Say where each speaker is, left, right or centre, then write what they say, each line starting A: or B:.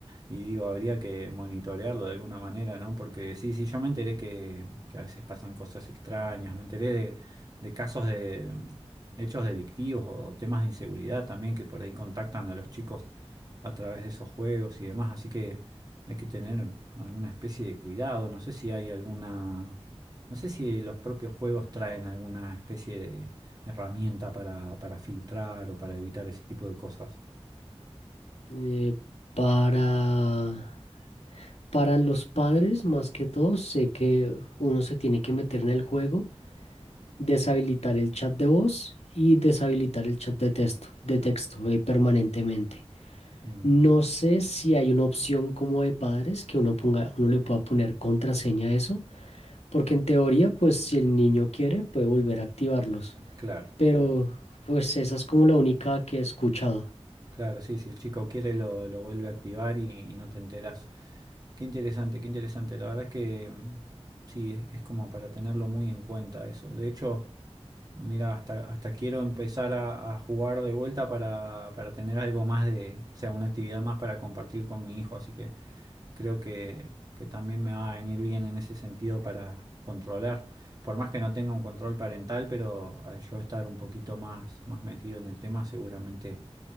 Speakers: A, on the right; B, on the left.
A: y digo, habría que monitorearlo de alguna manera, ¿no? Porque sí, sí, yo me enteré que, que a veces pasan cosas extrañas, me enteré de, de casos de mm, hechos delictivos o temas de inseguridad también que por ahí contactan a los chicos a través de esos juegos y demás, así que hay que tener alguna especie de cuidado, no sé si hay alguna... No sé si los propios juegos traen alguna especie de herramienta para, para filtrar o para evitar ese tipo de cosas.
B: Eh, para, para los padres, más que todo, sé que uno se tiene que meter en el juego deshabilitar el chat de voz y deshabilitar el chat de texto, de texto eh, permanentemente.
A: Mm,
B: No sé si hay una opción como de padres que uno ponga, uno le pueda poner contraseña a eso, porque en teoría, pues si el niño quiere, puede volver a activarlos.
A: claro,
B: Pero pues esa es como la única que he escuchado.
A: claro, sí, si el chico quiere lo, lo vuelve a activar y, y no te enterás. Qué interesante, qué interesante. La verdad es que mm, sí, es, es como para tenerlo muy en cuenta eso. De hecho, mira, hasta, hasta quiero empezar a, a jugar de vuelta para, para tener algo más de, o sea, una actividad más para compartir con mi hijo. Así que creo que, que también me va a venir bien en ese sentido para controlar. Por más que no tenga un control parental, pero al yo estar un poquito más, más metido en el tema, seguramente